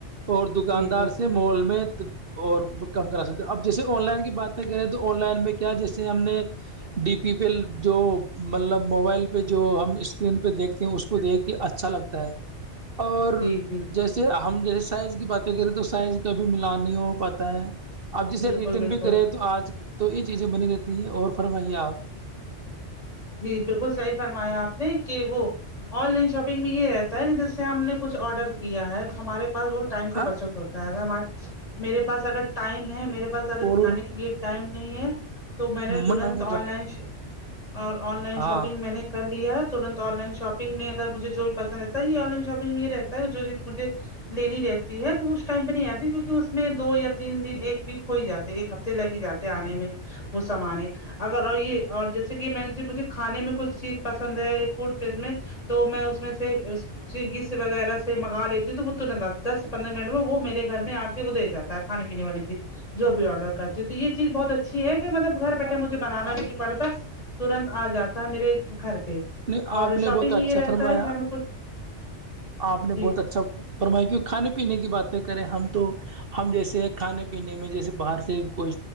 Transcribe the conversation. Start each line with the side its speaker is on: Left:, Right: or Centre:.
Right: اور دکاندار
Left: جی جی جی
Right: سے مال میں اور کم کرا سکتے اب جیسے آن لائن کی باتیں کریں تو آن لائن میں کیا جیسے ہم نے ڈی پی پیل جو مطلب موبائل پہ جو ہم اسکرین پہ دیکھتے ہیں اس کو دیکھ کہ اچھا لگتا ہے اور
Left: جی جی
Right: جیسے ہم جیسے سائز کی باتیں کریں تو سائز کابھی ملان نہیں ہو پاتا ہے آپ جسے
Left: بالکل
Right: ریٹرن
Left: بالکل
Right: بھی کرے تو آج تو یہ چیزیں بنی رہتی ہے اور فرمائیے آپ
Left: جی بالکل صحیح فرمایا آپ نے کہ وہ آن لائن شاپنگ میں یہ رہتا ہے کہ جیسے ہم نے کچھ آرڈر کیا ہے تو ہمارے پاس وہ ٹائم کا
Right: ہاں
Left: بچت ہوتا ہے ا میرے پاس اگر ٹائم ہے میرےا پاس اگر
Right: کو
Left: جانے کے لیے ٹائم نہیں ہے تو میں نے ترنت
Right: من ہو تو جا
Left: آن لائن اور آن لائن
Right: ہاں
Left: شاپنگ میں نے کر لیا ترنت آن لائن شاپنگ میں اگر مجھے جو بھی پسند رہتا ہے یہ آن لائن شاپنگ میں یہ رہتا ہے جو مجھے لینی رہتی ہے تو اس ٹائم پہ نہیں آتی کیونکہ اس میں دو یا تین دن ایک ویک ہو ہی جاتا ہے ایک ہفتے لگی جاتے آنے میں وہ سمانے اگر اور یہ اور جیسے کہ میں مجھے کھانے میں کچھ چیز پسند ہے فوڈ تو میں اس میں سے سویگی سے وغیرہ سے منگا لیتی تو وہ ترنت دس سے پندرہ منٹ میں وہ میرے گھر میں آ کے وہ دے جات کھے پینے والی چیز جو بھی آڈر کرتی ہ تو یہ چیز بہت اچھی ہے کہ مطلب گھر بیٹھے مجھے بنانا بھی نہیں پڑتا ترنت آ جاتا ہے میرے گھر پہ
Right: نہیں
Left: اور
Right: آپ نے
Left: شاپنگ
Right: بہت
Left: میں
Right: اچھا
Left: یہ رہتا
Right: فرمایا
Left: ہے کہ ہمیں کچھ
Right: آپ نے
Left: جی
Right: بہت اچھا فرمایا کی کھانے پینے کی باتیں کریں ہم تو ہم جیسے کھانے پینے میں جیسے باہر سے کوئی